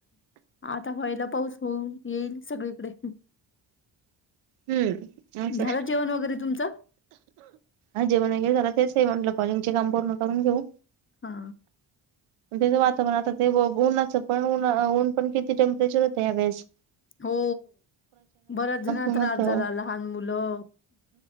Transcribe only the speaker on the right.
हम्म, स
आजे मने हे झालं तेच म्हटलं कॉलीग चे काम पूर्ण करून घेऊ
त्याचं वातावरण, आता ते उन्हाचं पण ऊन पण किती टेम्परेचर होतं या वेळेस....
ऊन
होतं